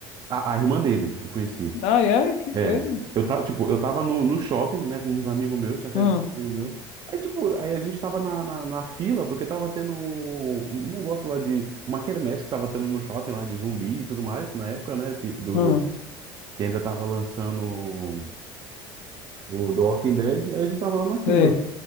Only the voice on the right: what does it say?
A, a irmã dele, eu conheci.
É, eu tava, tipo, eu tava no, no shopping, né, com uns amigos meus, tinha saído
com um amigo meu. Aí, tipo, aí a gente tava na, na, na fila, porque tava tendo um um negócio lá de, uma quermesse que tava tendo no shopping lá de zumbi e tudo mais, na época, né, que, do,
do- que ainda tava lançando o do Walking Dead, aí a gente tava lá na fila.